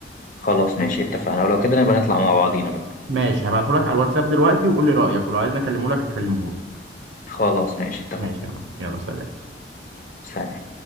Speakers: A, on the left; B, on the right.
A: خلاص ماشي اتفقنا ولو كده نبقى نطلع مع بعضينا بقى
B: ماشي هبعته لك على الواتساب دلوقتي وقول لي رأيك ولو عايز اكلمه لك اكلمه لك
A: خلاص ماشي اتفقنا
B: ماشي تمام يلا سلام
A: سلام